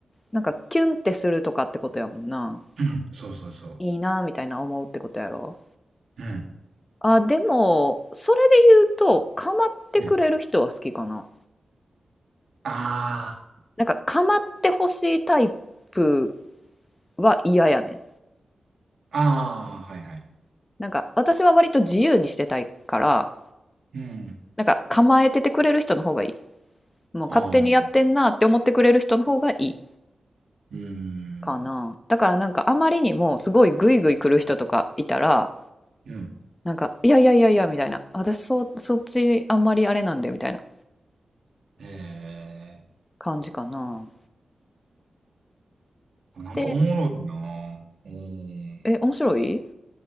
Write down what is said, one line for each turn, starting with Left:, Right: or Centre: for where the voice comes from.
Left: なんかキュンってするとかってことやもんな。
Right: うん。そうそうそう。
Left: いいなみたいな思うってことやろ。
Right: うん。
Left: あ、でも、それで言うと、構ってくれる人は好きかな。
Right: うん。あ
Left: なんか構ってほしいタイプは嫌やねん。
Right: あ。ああ、はいはい。
Left: なんか私は割と自由にしてたいから、
Right: うん。
Left: なんか構えててくれる人の方がいい。もう勝手にやってんなって思ってくれる人の方がいい。
Right: ああ。うーん。
Left: かな。だからなんかあまりにもすごいグイグイ来る人とかいたら、
Right: うん。
Left: なんか、いやいやいやいやみたいな、私そ、そっちあんまりあれなんでみたいな
Right: ええ
Left: 感じかな。
Right: あなんかおもろいな。
Left: で、
Right: うん。い
Left: え、面白い